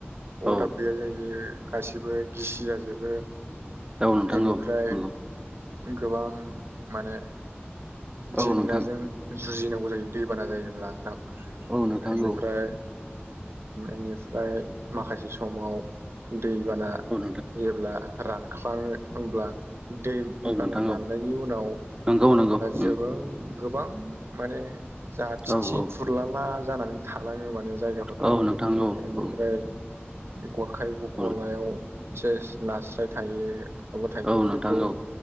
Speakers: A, on the right (about 20°); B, on the right (about 70°).
A: नोंथां
B: अरदाब
A: औ
B: गैया जायो यो गासिबो गिसि जाजोबो
A: औ नोंथां
B: इनिफ्राय
A: औ नंगौ
B: गोबां माने
A: औ
B: जेंनाजों
A: नोंथां
B: जुजिनांगौ जायो दैबाना जायोब्ला नोंथां
A: औ नोंथां
B: इनिफ्राय
A: औ
B: इनिफ्राय माखासे समाव दैबाना
A: औ नोंथां
B: जेब्ला रानखाङो होमब्ला दै
A: औ नोंथां
B: बाना राननायनि
A: औ
B: उनाव
A: नंगौ नंगौ उम
B: जोङो गोबां माने जाथिथि
A: औ औ
B: फुरलाला जानानै थालाङो माने जायगाफोरा
A: औ नोंथां औ
B: इनिफ्राय
A: औ
B: गरखाय गलायाव
A: औ
B: सेस नास्राय थायो माबा थायो
A: औ नोंथां
B: बेखौ
A: औ